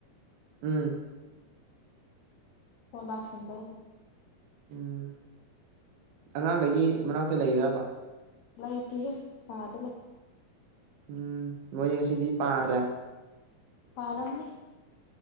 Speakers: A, on the right (about 75°); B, on the left (about 85°).
A: ꯎꯝ
B: ꯐꯣꯟ ꯂꯥꯛꯁꯟꯕꯩ
A: ꯎꯝ ꯑꯉꯥꯡꯈꯩꯒꯤ ꯃꯅꯥꯛꯇ ꯂꯩꯔꯕ
B: ꯂꯩꯇꯦꯍꯦ ꯀꯥꯗ ꯂꯩ
A: ꯎꯝ ꯃꯣꯏꯗꯤ ꯉꯁꯤꯗꯤ ꯄꯥꯗ꯭ꯔꯦ
B: ꯄꯥꯔꯝꯅꯤ